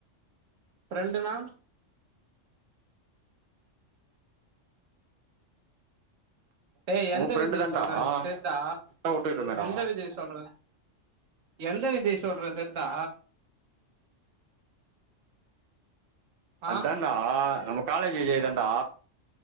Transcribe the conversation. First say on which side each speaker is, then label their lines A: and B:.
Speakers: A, on the right (about 85°); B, on the right (about 55°).
A: ஃப்ரெண்டு நா ஏய் எந்த
B: உன் ஃப்ரெண்டு
A: விஜயை
B: தான்டா
A: சொல்றேன் தெர்தா
B: உட்டா உட்டுக்கிட்டமேடா
A: எந்த விஜயை சொல்றேன் எந்த விஜய் சொல்ற தெர்தா
B: அத்தான்டா
A: ஆ
B: ஆ நமக் காலேஜ் விஜய் தான்டா